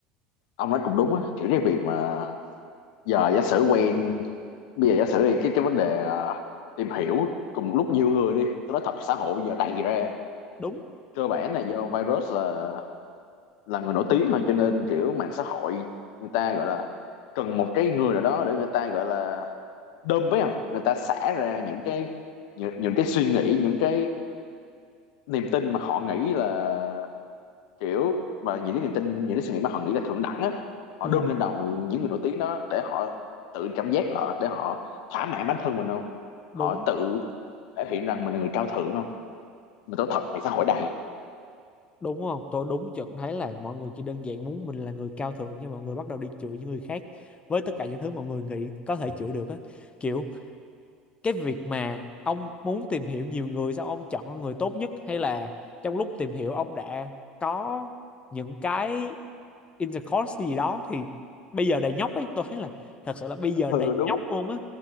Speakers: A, on the left (about 65°); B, on the left (about 25°).
A: ông nói cũng đúng á kiểu cái việc mà giờ giả sử quen bây giờ giả sử đi cái cái vấn đề à, tìm hiểu cùng lúc nhiều người đi tôi nói thật xã hội bây giờ đầy ra
B: đúng
A: cơ bản là do virus là là người nổi tiếng thôi cho nên kiểu mạng xã hội người ta gọi là cần một cái người nào đó để người ta gọi là đơm với không người ta xả ra những cái những, những cái suy nghĩ những cái niềm tin mà họ nghĩ là kiểu mà những cái niềm tin những cái suy nghĩ mà họ nghĩ là thượng đẳng á họ
B: Ừ.
A: đơm lên đầu những người nổi tiếng đó để họ tự cảm giác là để họ thỏa mãn bản thân mình không họ
B: đúng
A: tự thể hiện rằng mình là người cao thượng không mình tốt thật này xã hội đầy
B: đúng không tôi đúng chuẩn thấy là mọi người chỉ đơn giản muốn mình là người cao thượng nhưng mọi người bắt đầu đi chửi những người khác với tất cả những thứ mọi người nghĩ có thể chửi được á kiểu cái việc mà ông muốn tìm hiểu nhiều người sao ông chọn người tốt nhất hay là trong lúc tìm hiểu ông đã có những cái intercourse gì đó thì bây giờ đầy nhóc ấy tôi thấy là thật sự là bây giờ
A: ừ
B: đầy
A: đúng
B: nhóc luôn á